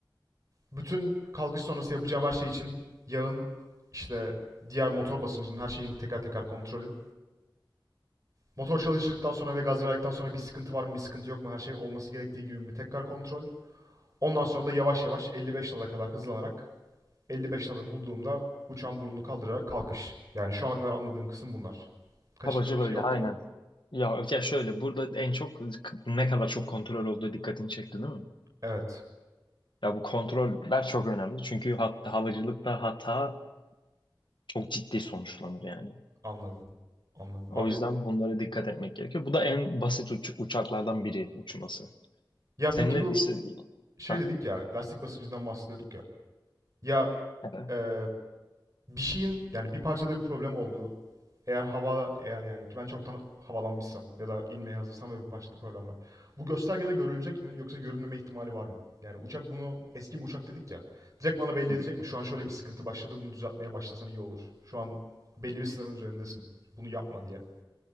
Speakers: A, on the right; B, on the left.
A: Bütün kalkış sonrası yapacağım her şey için yağın işte diğer motor basıncının her şeyin teker teker kontrolü. Motor çalıştıktan sonra ve gaz verdikten sonra bir sıkıntı var mı bir sıkıntı yok mu her şey olması gerektiği gibi mi tekrar kontrol. Ondan sonra da yavaş yavaş 55 nada kadar hızlanarak 55 nada bulduğumda uçağın burnunu kaldırarak kalkış. Yani şu ana kadar anladığım kısım bunlar. Kaçırdığım
B: Kabaca
A: bir
B: böyle
A: şey yok
B: aynen.
A: değil mi?
B: Ya, ya şöyle burada en çok ne kadar çok kontrol olduğu dikkatini çekti değil mi?
A: Evet,
B: Ya bu kontroller çok önemli çünkü hat halıcılıkta hata çok ciddi sonuçlanır yani.
A: anladım. Anladım.
B: O
A: Abi
B: yüzden bunlara dikkat etmek gerekiyor. Bu da en basit uç- uçaklardan biri uçması.
A: ya
B: Seninle
A: peki bu
B: işte
A: şey
B: ha
A: dedik ya lastik basıncından bahsediyorduk ya. Ya
B: evet.
A: e, bir şeyin yani bir parçada bir problem olduğu Eğer hava eğer yani ben çoktan havalanmışsam ya da inmeye hazırsam ve bir parçada problem var. Bu göstergede görülecek mi yoksa görünmeme ihtimali var mı? Yani uçak bunu eski bir uçak dedik ya. Direkt bana belli
B: Hı.
A: edecek mi? Şu an şöyle bir sıkıntı başladı bunu düzeltmeye başlasan iyi olur. Şu an belli bir sınırın üzerindesin. Bunu yapma diye.